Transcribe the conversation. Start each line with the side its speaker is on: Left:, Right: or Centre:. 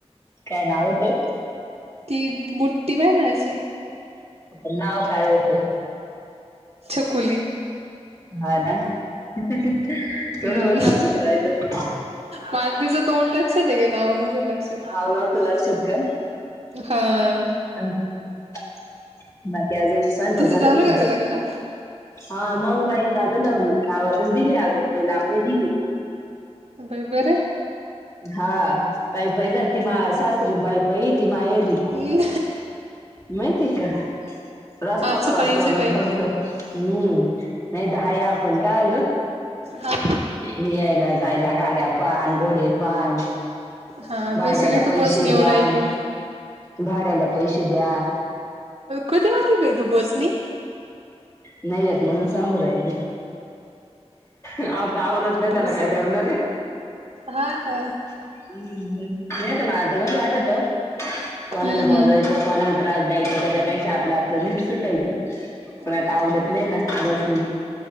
Left: काय नाव होतं.
Right: ती बुट्टी पायना अशी.
Left: पण नाव काय होतं.
Right: छकुली.
Left: हा ना हं हं तेवढं
Right: हम्म
Left: बरं लक्षात राहिलं.
Right: मला तीचं तोंड लक्षात हे गे नाव नव्हतं लक क्षात नाव तरी
Left: नव्हतं
Right: आलंना
Left: लक्षात
Right: हां
Left: हं हा बाकी अजून स्वयंपाक
Right: तिचं
Left: झाला
Right: झालं
Left: का तुमचा.
Right: ग लग्न
Left: हा मंगबाई झालं लग्न गावातचं दिली अगं लई लांब नही दिली.
Right: बाई बरं हे.
Left: हा पायी पायी जाती मा सासरी पायी पायी येती माहेरी.
Right: आहे
Left: माहिती का? रस्ता
Right: असं
Left: क्रॉस
Right: पाहिजे
Left: करून
Right: बाई
Left: फक्त हम्म नाही तर हाया आपण काय ग?
Right: हा
Left: यायला जायला गाड्या पण, घोडे पण.
Right: हा
Left: भाड्याला
Right: जशीली तू
Left: पैसे
Right: बसनीवर
Left: द्या,
Right: राहिली
Left: भाड्याला पैसे द्या.
Right: कधी आली बाई तू बसनी?
Left: नाही यत म्हणून सांगू राहिले. आता आवडत नाही
Right: हुशार.
Left: त्याला काय करणार
Right: हा ब
Left: हम् <inaudible> वाटत कोणाला
Right: हम्म
Left: बोलवायचं.
Right: हम्म
Left: कोणाला त्रास द्यायचा त्याच्यापेक्षा आपलं आपलं नीट सुटायचं
Right: बापरे
Left: पण आता आवडत नाही ना. बसनी.